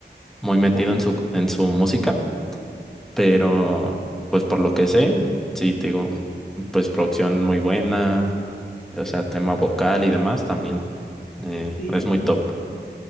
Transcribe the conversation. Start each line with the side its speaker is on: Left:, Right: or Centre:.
Centre: muy metido
Left: tan,
Centre: en su, en su música, pero pues por lo que sé, sí, te digo, pues producción muy buena, o sea, tema vocal y demás también. eh,
Left: sí,
Centre: es muy
Left: no,
Centre: top.